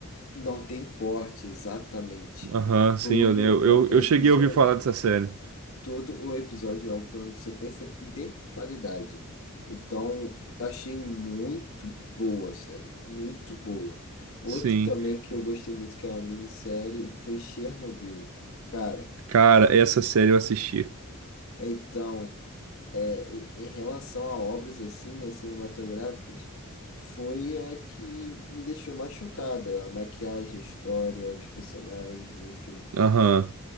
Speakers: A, on the left; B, on the right.
A: Não tem corte exatamente.
B: Aham, sim,
A: Todo
B: eu, eu,
A: o
B: eu
A: episódio.
B: eu cheguei a ouvir falar dessa série.
A: Todo o episódio é um plano de sequência de qualidade. Então, achei muito boa a série. Muito boa. Outro
B: Sim.
A: também que eu gostei muito, que é uma minissérie, foi Chernobyl. Cara,
B: Cara, essa série eu assisti.
A: então. é, em em relação a obras assim, né, cinematográficas, foi a que me deixou mais chocada. A maquiagem, a história, os personagens, enfim.
B: Aham.